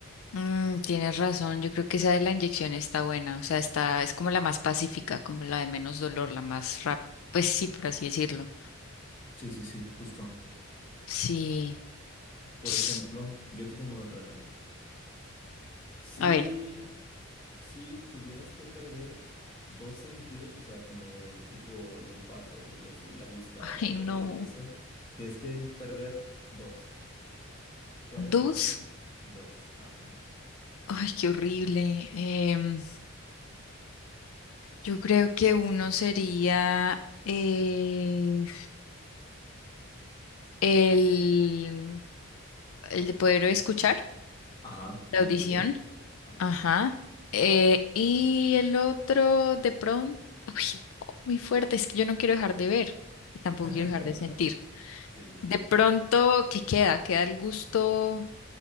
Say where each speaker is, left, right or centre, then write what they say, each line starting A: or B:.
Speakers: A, on the left; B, on the left.
A: mm, tienes razón, yo creo que esa de la inyección está buena, o sea, está, es como la más pacífica, como la de menos dolor, la más rápida, pues sí, por así decirlo.
B: Sí, sí, sí, justo.
A: Sí.
B: Por
A: <sniffs>
B: ejemplo, yo te tengo otra a ti. Si,
A: A ver,
B: si tuvieras que perder dos sentidos, o sea, como de tipo el olfato y así, la vista,
A: <laughs>
B: el
A: ay no.
B: oído y eso, que es que perder dos. ¿Cuáles elegirías?
A: Dos,
B: Dos. Ajá.
A: ay, qué horrible. Em, yo creo que uno sería eh, el, el de poder escuchar,
B: Ajá.
A: la
B: Sí,
A: audición.
B: el oído. Ajá.
A: Ajá. Eh, y el otro, de pronto, <laughs> uy, no, muy fuerte, es que yo no quiero dejar de ver y tampoco
B: <laughs>
A: quiero dejar de
B: Claro.
A: sentir.
B: Sí, sí, sí.
A: De pronto, ¿qué queda? Queda el gusto